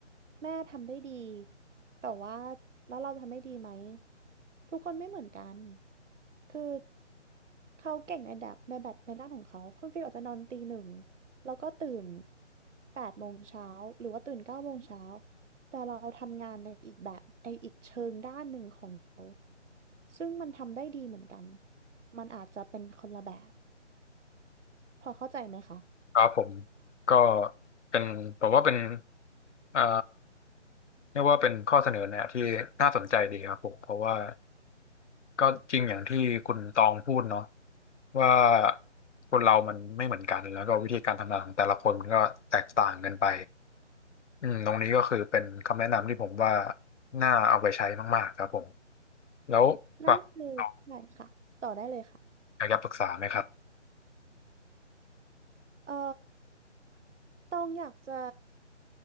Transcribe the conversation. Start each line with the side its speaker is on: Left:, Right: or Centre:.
Right: แม่ทำได้ดีแต่ว่าแล้วเราทำได้ดีไหมทุกคนไม่เหมือนกันคือเขาเก่งในแบบในแบบในด้านของเขาคุณฟิลอาจจะนอนตีหนึ่งแล้วก็ตื่นแปดโมงเช้าหรือว่าตื่นเก้าโมงเช้าแต่เราทำงานในอีกแบบในอีกเชิงด้านหนึ่งของ ซึ่งมันทำได้ดีเหมือนกัน มันอาจจะเป็นคนละแบบ พอเข้าใจไหมคะ
Left: ครับผมก็เป็นผมว่าเป็นเอ่อเรียกว่าเป็นข้อเสนอแนะที่น่าสนใจดีครับผมเพราะว่า ก็จริงอย่างที่คุณตองพูดเนาะว่าคนเรามันไม่เหมือนกันแล้วก็วิธีการทำงานของแต่ละคนมันก็แตกต่างกันไปอืมตรงนี้ก็คือเป็นคำแนะนำที่ผมว่าน่าเอาไปใช้มากๆครับผมแล้วฝั่งคุณตอง
Right: นั่นคือ ใช่ค่ะ ต่อได้เลยค่ะ
Left: อยากจะปรึกษาไหมครับ
Right: เอ่อ ต้องอยากจะ